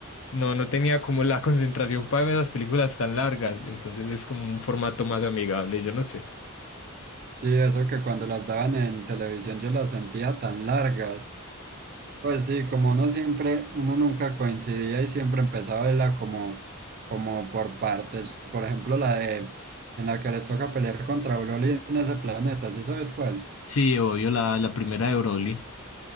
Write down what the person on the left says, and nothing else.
no, no tenía como la <laughs> concentración para ver esas películas tan largas. Entonces es como un formato más amigable, yo no sé.
Sí, obvio, la, la primera de Broly.